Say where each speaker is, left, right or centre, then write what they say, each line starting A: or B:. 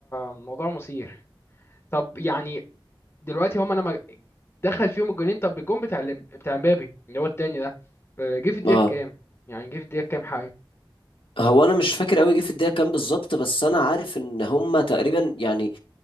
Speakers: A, on the left; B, on the left.
A: موضوع مثير طب يعني دلوقتي هما لما دخل فيهم الجونين طب الجون بتاع الم- بتاع مبابي اللي هو التاني ده آه، جه في الدقيقة
B: اه
A: كام؟ يعني جه في الدقيقة كام حاجة؟
B: هو انا مش فاكر قوي جه في الدقيقه كام بالظبط بس انا عارف ان هما تقريبا يعني